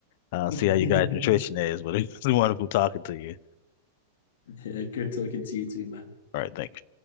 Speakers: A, on the left (about 55°); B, on the left (about 85°).
A: uh,
B: <laughs>
A: see how you guys' nutrition is, but it's <laughs> wonderful talking to you.
B: yeah, good talking to you too, man.
A: All right, thanks.